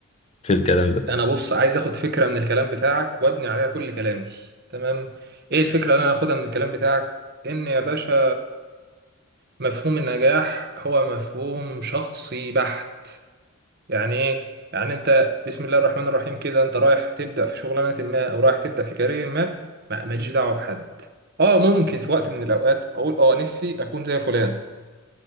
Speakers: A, on the left; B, on the right.
A: في الكلام ده
B: انا بص عايز اخد فكرة من الكلام بتاعك وابني عليها كل كلامي تمام ايه الفكرة اللي انا اخدها من الكلام بتاعك ان يا باشا مفهوم النجاح هو مفهوم شخصي بحت يعني ايه يعني انت بسم الله الرحمن الرحيم كده انت رايح تبدا في شغلانه ما او رايح تبدا في كارير ما ما- ماليش دعوه بحد اه ممكن في وقت من الاوقات اقول اه نفسي اكون زي فلان